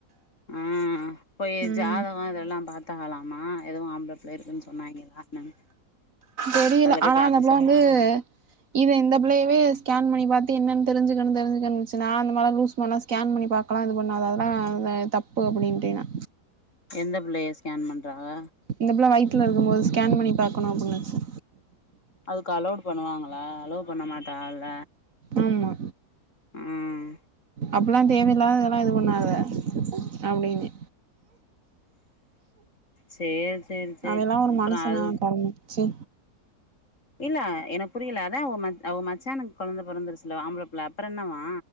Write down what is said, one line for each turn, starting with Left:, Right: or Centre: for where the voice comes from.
Left: ம் போய்
Right: ம்
Left: ஜாதகம் இதெல்லா பார்த்தகலாமா இதுவு ஆம்ப இருக்குன்னு சொன்னாங்களா என்னன்
Right: தெரியல
Left: அதுல போய்
Right: ஆனா
Left: பார்க்க
Right: அந்த புள்ள
Left: சொல்லுங்க
Right: வந்து இது இந்த பிள்ளையவே ஸ்கேன் பண்ணி பாத்து என்னன் தெரிஞ்சுகனு தெரிஞ்சுகனுச்சு நா அந்த மார்ல லூஸ் போனா ஸ்கேன் பண்ணி பாக்லா இது பண்ணாத அதல தப்பு அப்டின்டே நா
Left: எந்த பிள்ளைய ஸ்கேன் பண்றாங்க
Right: இந்த பிள்ள வைத்துல இருக்கும்போது ஸ்கேன் பண்ணி பாக்கணு அப்டின்னுச்சு
Left: அதுக்கு அலோட் பண்ணுவாங்களா அலோட் பண்ண மாட்டால
Right: ஆமா
Left: ம்
Right: அப்பல்லா தேவையில்லாத இதல்லா எது பண்ணாத அப்டின்ன
Left: சேரி சேரி சேரி
Right: அவைலான் ஒரு
Left: அப்புறோ
Right: மனுஷனா
Left: அது
Right: கருமோ ச்சே
Left: இல்ல எனக்கு புரில அதா அவ ம அவ மச்சானுக் கொழந்த பொறந்துருச்ல ஆம்பள புள்ள அப்புற என்னவா